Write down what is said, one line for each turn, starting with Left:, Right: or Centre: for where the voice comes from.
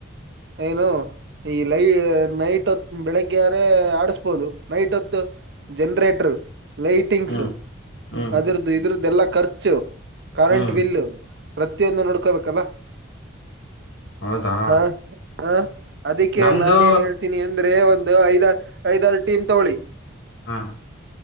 Right: ಏನು ಈ ಲೈ ನೈಟ್ ಹೊತ್ ಬೆಳಿಗ್ಗೆಯಾರೇ ಆಡಸ್ಬೋದು ನೈಟ್ ಹೊತ್ತು. ಜನರೇಟರ್ ಲೈಟಿಂಗ್ಸ್
Left: ಹ್ಮ್ ಹ್ಮ್
Right: ಅದರ್ದು ಇದ್ರದು ಎಲ್ಲಾ ಖರ್ಚು ಚ್ಚು ಕರೆಂಟ್
Left: ಹ್ಮ್
Right: ಬಿಲ್ಲು ಪ್ರತಿಯೊಂದು ನೋಡ್ಕೋಬೇಕಲ್ಲ.
Left: ಹೌದಾ
Right: ಹಾ ಹ ಅದಕ್ಕೆ
Left: ನಮ್ದು
Right: ನಾನ ಏನ್ ಹೇಳ್ತೀನಿ ಅಂದ್ರೆ ಒಂದು ಐದ ಐದಾರ ಟೀಮ್ ತೋಗಳಿ.
Left: ಹಾ